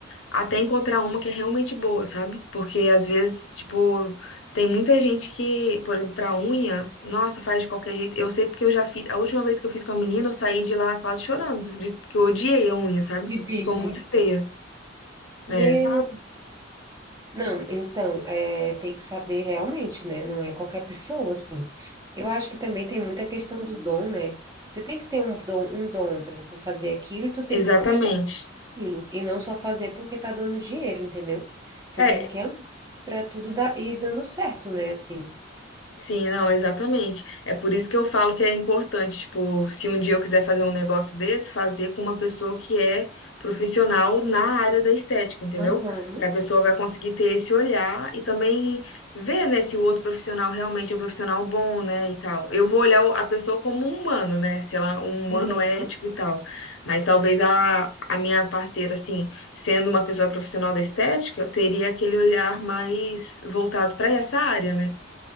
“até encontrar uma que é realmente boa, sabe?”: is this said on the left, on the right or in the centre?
Left